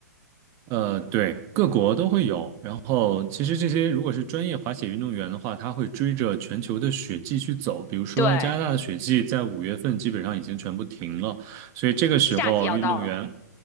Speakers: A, on the right; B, on the left.
A: 呃，对，各国都会有。然后其实这些如果是专业滑雪运动员的话，他会追着全球的雪季去走。比如说加拿大的雪季在五月份基本上已经全部停了，
B: 对，
A: 所以这个时候运动员，
B: 夏季要到了嘛。